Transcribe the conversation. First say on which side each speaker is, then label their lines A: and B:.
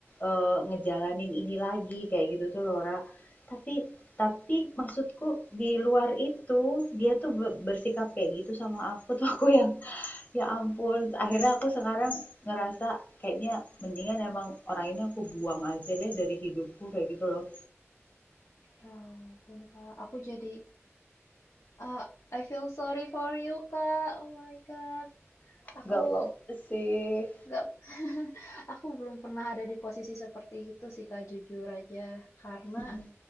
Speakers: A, on the left; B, on the left.
A: eee, ngejalanin ini lagi, kayak gitu tuh loh, Tapi tapi maksudku di luar itu, dia tuh bersikap kayak gitu sama aku tuh <laughs> aku yang, ya ampun, akhirnya aku sekarang ngerasa kayaknya mendingan emang orang ini aku buang aja deh dari hidupku, kayak gitu loh.
B: ya ampun kak aku jadi ah, I feel sorry for you kak oh my god aku
A: Nggak apa-apa sih.
B: nggak aku belum pernah ada di posisi seperti itu sih kak jujur aja karena
A: hmm